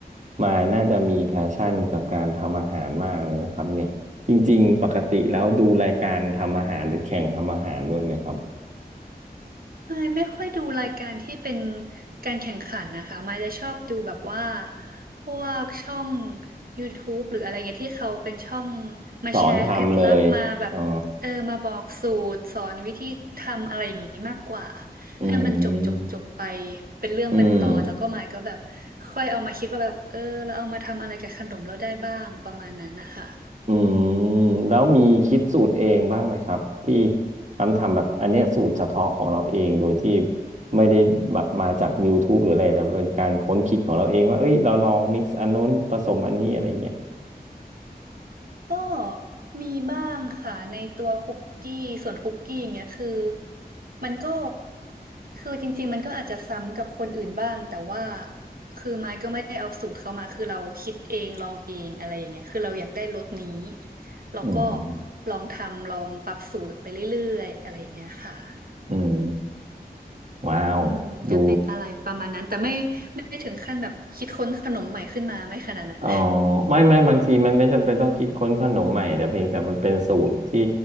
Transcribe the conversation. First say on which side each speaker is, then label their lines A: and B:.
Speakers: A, on the right; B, on the right.
A: มายน่าจะมีแพชชั่นกับการทำอาหารมากเลยนะครับเนี่ยจริงๆปกติแล้วดูรายการทำอาหารหรือแข่งทำอาหารด้วยไหมครับ
B: ไม่ไม่ค่อยดูรายการที่เป็นการแข่งขันนะคะมายจะชอบดูแบบว่าพวกช่อง YouTube หรืออะไรเงี้ยที่เขาเป็นช่องมาแชร์เคล็ดลับมาแบบเออมาบอกสูตรสอนวิธีทำอะไรอย่างงี้มากกว่า
A: สอนทำเลยอ๋ออืม
B: ให้มันจบจบจบไปเป็นเรื่องเป็นตอนแล้วก็มายก็แบบ
A: อืม
B: ค่อยเอามาคิดว่าแบบเออเราเอามาทำอะไรกับขนมเราได้บ้างประมาณนั้นนะคะ
A: อืมแล้วมีคิดสูตรเองบ้างไหมครับที่ทำทำแบบอันเนี้ยสูตรเฉพาะของเราเองโดยที่ไม่ได้แบบมาจาก YouTube หรืออะไรแต่เป็นการค้นคิดของเราเองว่าเอ้ยเราลองมิกซ์อันนน้นผสมอันนี้อะไรเงี้ย
B: ก็มีบ้างค่ะในตัวคุกกี้ส่วนคุกกี้อย่างเงี้ยคือมันก็คือจริงๆมันก็อาจจะซ้ำกับคนอื่นบ้างแต่ว่าคือไม้ก็ไม่ได้เอาสูตรเขามาคือเราคิดเองลองเองอะไรอย่างเงี้ยคือเราอยากได้รสนี้เราก็
A: อืม
B: ลองทำลองปรับสูตรไปเรื่อยๆอะไรอย่างเงี้ยค่ะ
A: อืมว้าวดู
B: อืมจะเป็นอะไรประมาณนั้นแต่ไม่ไม่ถึงขั้นแบบคิดค้นขนมใหม่ขึ้นมาไม่ขนาดนั้น
A: อ๋อไม่ไม่บางทีมันไม่จำเป็นต้องคิดค้นขนมใหม่แต่เพียงแต่มันเป็นสูตรที่